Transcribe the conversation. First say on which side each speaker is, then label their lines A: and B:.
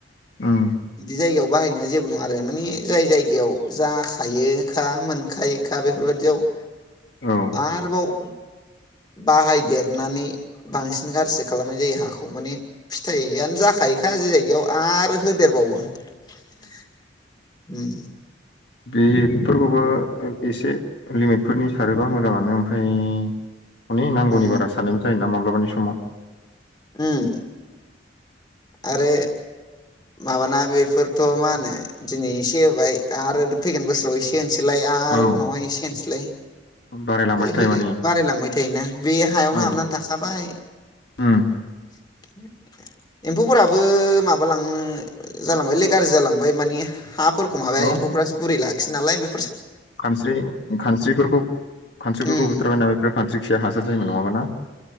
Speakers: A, on the left (about 60°); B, on the left (about 20°).
A: उम
B: बिदि जायगायाव बाहायनाया जेबो नङा आरो माने जाय जायगायाव जाखायोखा मोनखायोखा बेफोरबायदियाव
A: औ
B: आरो बाव बाहायदेरनानै बांसिन गारर्जि खालामनाय जायो हाखौ माने फिथाइयनो जाखायोखा जि जायगायाव आरो होदेरबावो उम
A: बेफोरखौबो एसे लिमिटफोरनि सारोबा मोजांआनो ओमफ्राय अनेक नांगौनि
B: उम
A: बारा साननायबो जायोना माब्लाबानि समाव
B: उम आरो माबाना बेफोरथ' मा होनो दिनै एसे होबाय आरो फैगोन बोसोराव एसे होनोसै सैलाय आरो
A: औ
B: उनावहाय एसे होनोसैलाय
A: बारायलांबायसो
B: होयै-होयै
A: थायो माने
B: बारायलांबाय थायोना बे हायावनो
A: औ
B: हाबनानै थाखाबाय
A: उम
B: <unintelligible> एम्फौफोराबो माबालांनो जालांबायलै गाज्रि जालांबाय मानि हा फोर माबाया
A: औ
B: एम्फौफ्रासो गुरैखियो नालाय बे
A: खानस्रि खानस्रिफोरखौ-खानस्रिफोरखौ
B: उम
A: बुथारबाय नाम बेफोर खान स्रिखिया हासार जायोन नङाबा ना